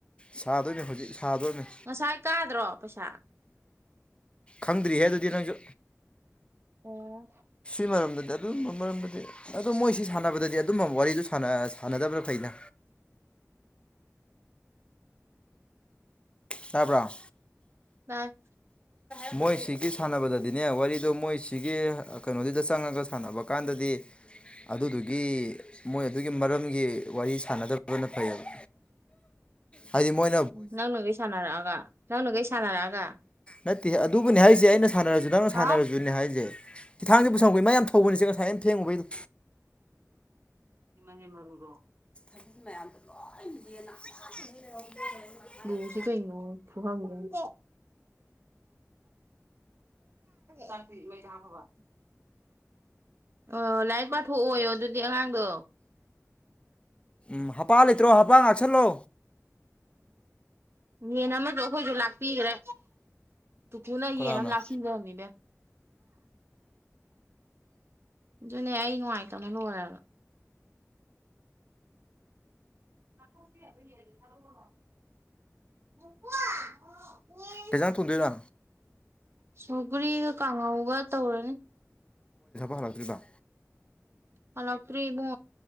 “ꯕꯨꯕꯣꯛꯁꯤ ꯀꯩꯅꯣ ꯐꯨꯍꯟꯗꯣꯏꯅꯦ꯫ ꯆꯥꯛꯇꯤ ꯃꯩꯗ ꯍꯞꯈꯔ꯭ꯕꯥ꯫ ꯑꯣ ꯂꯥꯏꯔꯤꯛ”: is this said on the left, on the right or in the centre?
Right